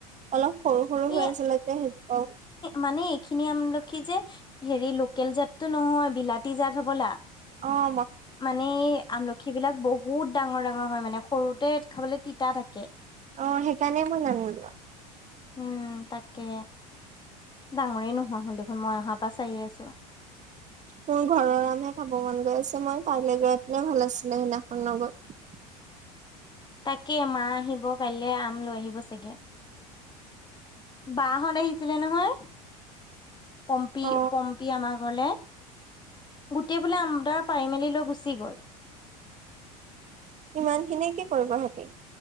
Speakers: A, on the right; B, on the left.
A: অলপ সৰু সৰু
B: এই
A: হৈ আছিলে যে <unintelligible>
B: মানে এই খিনি আমলখি যে হেৰি লোকেল জাততটো নহয় বিলাতি জাত হবলা?
A: অঁ।
B: মানে আমলখি বিলাক বহুত ডাঙৰ ডাঙৰ হয় মানে। সৰুতে খাবলৈ তিতা থাকে।
A: অ সেইকাৰণে মই নানিলো
B: উম তাকে ডাঙৰেই নোহোৱা হ'ল দেখোন মই অহাৰ পৰা চাইে আছো।
A: মোৰ ঘৰৰ আমহে খাব মন গৈ আছে মই কাইলৈ গৈপিনেও ভাল আছিলে। সেইদিনাখন নগৈ-
B: তাকে মা আহিব পাৰিলে আম লৈ আহিব ব ছাগে। বা হত আহিছিলে নহয়। পম্পী
A: অ
B: পম্পী আমাৰ ঘৰলে। গোটেই বোলে আম দৰা পাৰিমেলি লৈ গুচি গ'ল।
A: ইমান খিনি কি কৰিব সিহঁতি?